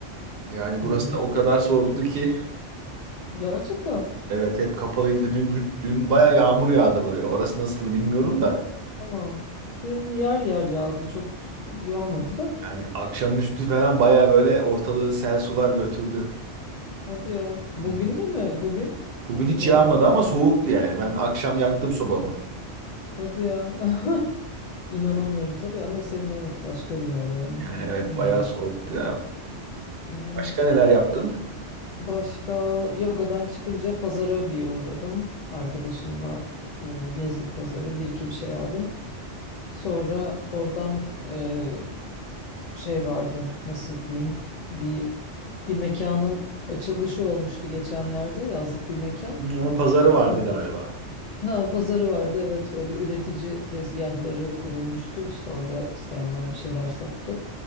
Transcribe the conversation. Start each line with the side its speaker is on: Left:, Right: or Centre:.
Right: Yani burası
Left: Böyle.
Right: da o kadar soğuktu ki.
Left: Gerçekten.
Right: Evet hep kapalıydı ve dün, dün, dün baya yağmur yağdı buraya. Orası nasıldı bilmiyorum da.
Left: Ama dün yer yer yağdı. Çok s- yağmadı da.
Right: Yani akşamüstü falan baya böyle ortalığı sel sular götürdü.
Left: Hadi ya. Bugün
Right: Hmm.
Left: de mi? Bugün
Right: Bugün hiç
Left: yağdı
Right: yağmadı
Left: mı?
Right: ama soğuktu yani. Ben akşam
Left: Nasıl?
Right: yaktım sobamı.
Left: Hadi ya. <laughs> İnanamıyorum tabii ama senin evet başka bir yer yani.
Right: Yani evet
Left: Yağdı.
Right: bayağı soğuktu ya.
Left: Evet.
Right: Başka neler yaptın?
Left: Başka yogadan çıkınca pazara bir uğradım. Arkadaşımla e, gezdik pazarı. Bir iki bir şey aldım. Sonra oradan e, şey vardı nasıl diyeyim bir bir mekanın açılışı olmuştu geçenlerde yazlık bir mekan.
Right: Hmm, Onun pazarı vardı
Left: Onun,
Right: galiba.
Left: ha, pazarı vardı evet böyle üretici tezgahları kurulmuştu işte orada isteyenler bir şeyler sattı.